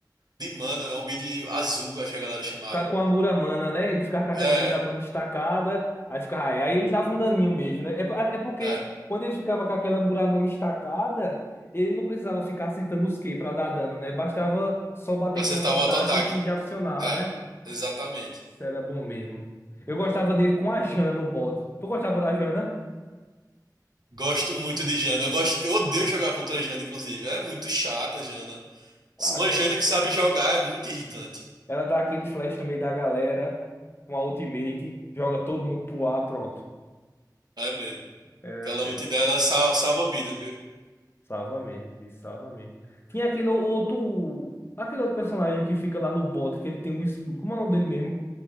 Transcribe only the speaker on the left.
ca- com a Muramana, né? Ele ficava com aquela
Muramana estacada, aí ficava, é, aí ele dava um daninho mesmo, né? É, pa- é porque
quando ele ficava com aquela Muramana estacada, ele não precisava ficar acertando os Ki pra dar dano, né? Bastava só bater
com auto-ataque
que já funcionava,
né?
Isso era bom mesmo. Eu gostava dele com a Jana no bode. Tu gostava da Jana?
Aquela-
Ela dá aquele flash no meio da galera, com a ultimate, joga todo mundo pro ar, pronto.
É,
eu quero.
Salva mesmo, bicho, salva mesmo. Tinha aquele outro. Aquele outro personagem que fica lá no bot, que ele tem um escudo. Como é o nome dele mesmo?